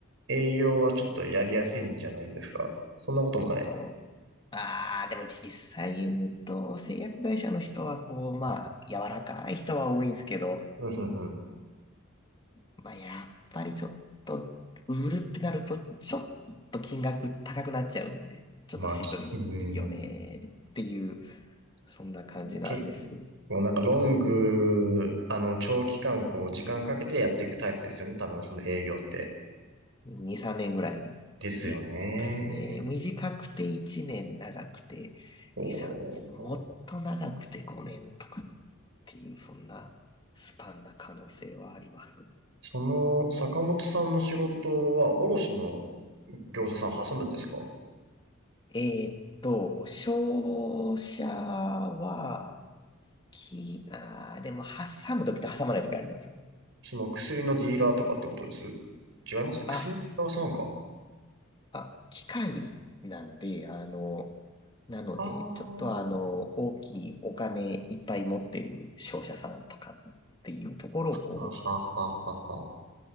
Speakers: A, on the right (about 65°); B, on the left (about 25°).
A: 営業はちょっとやりやすいんじゃないんですかそんなこともない。
B: そう。ああ、でも実際言うと、製薬会社の人は、こう、まあ、柔らかい人は多いんですけど、
A: うん、うん、うん。
B: まあ、やっぱりちょっと、売るってなると、ちょっと金額高くなっちゃうんで、ちょっとしんどいよねっていう、
A: まあ、き、うーん。
B: そんな感じなんです。
A: 結構、なんか、ロング、あの、長期間、こう、時間かけてやっていくタイプですよね。多分、その営業って。
B: 2、3年ぐらい
A: ですよね。
B: いいですね。短くて1年、長くて2、
A: こう、
B: 3年、もっと長くて5年とかっていう、そんなスパンな可能性はあります。
A: その、坂本さんの仕事は、卸の業者さん挟むんですか
B: えーっと、商社は、き、あーでも挟むときと挟まないときあります。
A: その薬のディーラーとかってことです違いますね。薬のディーラーさんか。
B: あ、あ、機械なんで、あの、なので、
A: ああ、は
B: ちょっとあの、大きいお金いっぱい持ってる商社さんとかっていうところをこ
A: はははは。